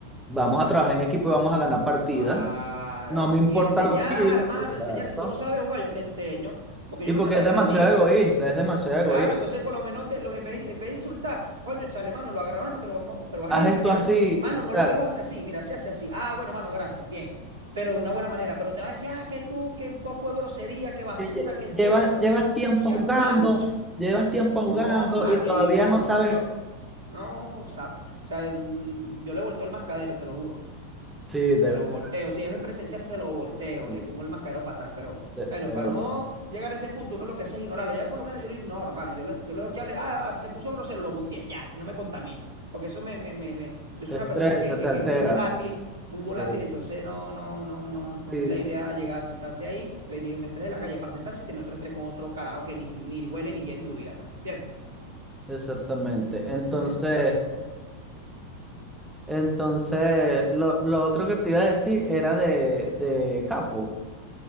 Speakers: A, in the centre; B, on the right (about 65°).
A: vamos a trabajar en equipo y vamos a ganar partidas.
B: Claro.
A: No me importan
B: Y enseñar,
A: los kills,
B: hermano,
A: exacto.
B: enseñar. Si tú no sabes jugar, yo te enseño, porque
A: Sí,
B: yo no
A: porque
B: nací
A: es
B: aprendido.
A: demasiado egoísta, es demasiado egoísta.
B: Claro, entonces por lo menos te, lo- en vez, en vez de insultar, coño, chale, mano, lo agarra, mano, pero vamos, pero haz
A: Haz
B: esto,
A: esto
B: mira,
A: así,
B: mano,
A: exacto
B: no lo vuelvas a hacer así, mira, se hace así. Ah, bueno, mano, gracias, bien. Pero de una buena manera, pero te vas a decir, ah, que tú, que un poco de grosería, que basura,
A: que Lle-
B: que aquello,
A: Llevas,
B: que lo otro.
A: llevas tiempo
B: No seas
A: jugando,
B: malo, chico.
A: llevas tiempo
B: No,
A: jugando
B: mano,
A: y todavía
B: y no,
A: no sabes.
B: yo, no, o sea, o sea, mm, yo le he vuelto el mascadero, te lo juro.
A: Sí, de,
B: Se
A: de verdad,
B: lo volteo. Si es en presencial, se lo volteo.
A: de,
B: Le pongo el mascarero para atrás. Pero
A: de-
B: bueno,
A: de
B: para
A: verdad.
B: no llegar a ese punto, uno lo que hace es ignorarlo. Ya por lo menos yo lo ignoro, hermano. Yo le, yo lo dejo que hable. Ah, ah, se puso grosero, lo muteé. Ya, no me contamino. Porque eso me, me, me, me- yo
A: Te
B: soy una
A: estresa,
B: persona que, que,
A: te altera.
B: que es muy volátil. Muy volátil,
A: Sí,
B: entonces no, no, no, no, no
A: sí,
B: es la
A: sí.
B: idea llegar a sentarse ahí, venir de un estrés de la calle para sentarse y tener otro estrés con otro carajo que ni, si- ni huele ni gira en tu vida, pues, ¿me entiendes?
A: Exactamente. Entonces,
B: Ujú.
A: entonces, lo, lo otro que te iba a decir era de, de Capo.